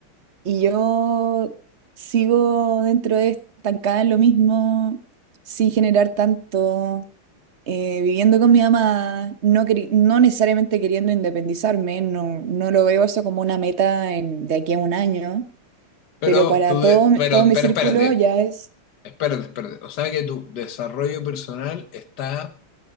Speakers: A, on the right; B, on the left.
A: Y yo sigo dentro de estancada en lo mismo, sin generar tanto, eh, viviendo con mi mamá, no, queri- no necesariamente queriendo independizarme, no, no lo veo eso como una meta en- de aquí a un año,
B: Pero
A: pero para
B: tú,
A: todo,
B: de-
A: mi-
B: pero,
A: todo mi
B: pero
A: círculo
B: espérate,
A: ya es...
B: espérate, espérate. O sea que tu desarrollo personal está